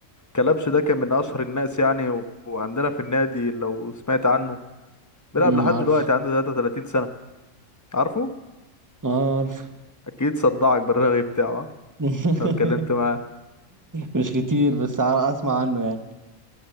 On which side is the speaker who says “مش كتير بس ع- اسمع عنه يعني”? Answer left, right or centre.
Right